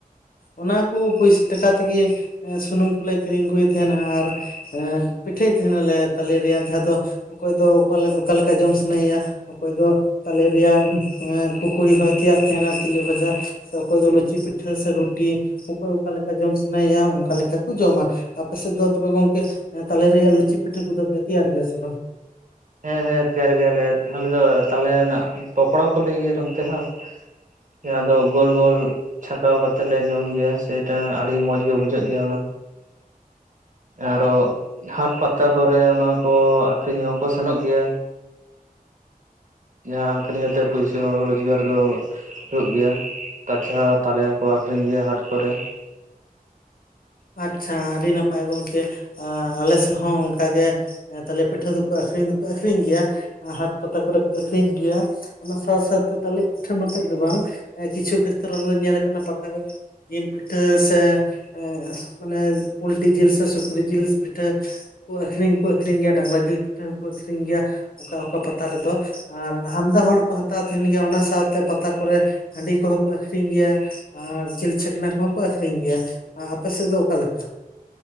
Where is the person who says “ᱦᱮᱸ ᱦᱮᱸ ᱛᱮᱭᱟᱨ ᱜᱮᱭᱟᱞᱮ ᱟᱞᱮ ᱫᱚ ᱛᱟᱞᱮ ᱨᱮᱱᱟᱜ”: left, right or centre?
Right